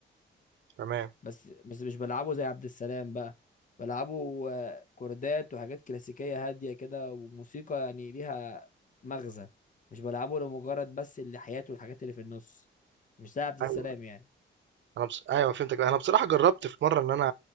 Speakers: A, on the right (about 75°); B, on the left (about 45°).
A: تمام،
B: بس بس مش بلعبه زي عبد السلام بقى بلعبه آه، كوردات وحاجات كلاسيكيه هاديه كده وموسيقى يعني ليها مغزى مش بلعبه لمجرد بس اللحيات والحاجات اللي في النص مش زي عبد السلام
A: أيوه،
B: يعني
A: أنا بص أيوه فهمتك، أنا بصراحة جرّبت في مرّة إن أنا